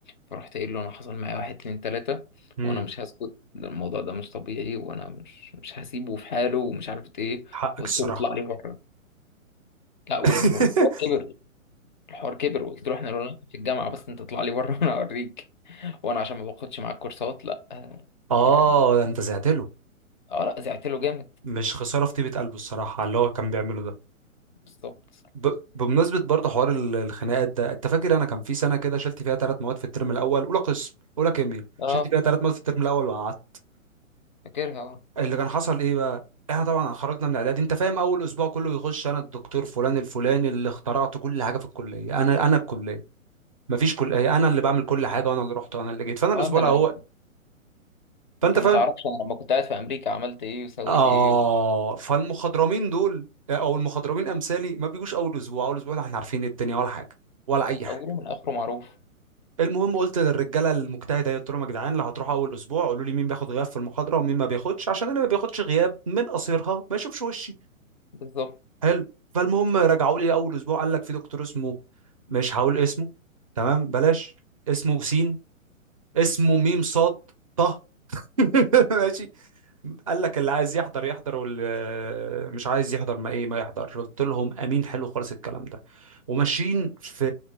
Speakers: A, on the left; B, on the right.
A: فرحت قايل له انا حصل معايا واحد اتنين تلاتة
B: امم
A: وانا مش هسكت ده الموضوع ده مش طبيعي وانا مش مش هسيبه في حاله ومش عارف ايه
B: حقك
A: وقلت
B: الصراحة
A: له اطلع لي بره لا والم-
B: <laughs>
A: والحوار كبر الحوار كبر وقلت له احنا لو في الجامعة بس انت اطلع لي بره <laughs> وانا اوريك وانا عشان ما باخدش معاك كورسات لا آه،
B: اه
A: يعني
B: ده انت زعت له
A: اه لا زعت له جامد
B: مش خسارة في طيبة قلبه الصراحة على اللي هو كان بيعمله ده
A: بالظبط
B: ب... بمناسبة برضه حوار ال- الخناقات ده انت فاكر انا كان في سنة كده شلت فيها ثلاث مواد في الترم الاول اولى قسم اولى كيمياء
A: اه
B: شلت فيها ثلاث مواد في الترم الاول وقعدت
A: فاكرها اه
B: اللي كان حصل ايه بقى احنا طبعا خرجنا من اعدادي انت فاهم اول اسبوع كله يخش انا الدكتور فلان الفلاني اللي اخترعت كل حاجة في الكلية انا انا الكلية مفيش كلية انا اللي بعمل كل حاجة وانا اللي رحت وانا اللي جيت فانا الاسبوع
A: اه ده
B: الاول
A: انا
B: فانت
A: انت ما
B: فاهم
A: تعرفش انا لما كنت قاعد في امريكا عملت ايه وسويت
B: اه
A: ايه
B: فالمخضرمين دول او المخضرمين امثالي ما بيجوش اول اسبوع اول اسبوع ده احنا عارفين إيه الدنيا ولا حاجة ولا اي حاجة
A: اوله من اخره معروف
B: المهم قلت للرجاله المجتهده قلت لهم يا جدعان لو هتروحوا اول اسبوع قولوا لي مين بياخد غياب في المحاضره ومين ما بياخدش عشان اللي ما بياخدش غياب من قصيرها ما يشوفش وشي
A: بالظبط
B: حلو فالمهم رجعوا لي اول اسبوع قال لك في دكتور اسمه مش هقول اسمه تمام بلاش اسمه سين اسمه ميم صاد طه <laughs> ماشي قال لك اللي عايز يحضر يحضر واللي مش عايز يحضر ما ايه ما يحضرش قلت لهم امين حلو خالص الكلام ده وماشيين في